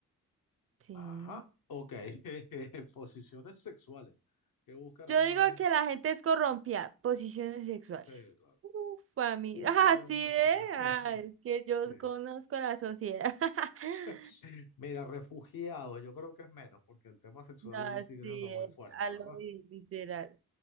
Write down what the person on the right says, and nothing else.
Sí.
Yo digo
que la gente es corrompida. Posiciones sexuales.
Uf, a mí.
<laughs> Así
es.
es que
yo conozco la sociedad. <laughs>
No, así
es.
A
lo li- literal.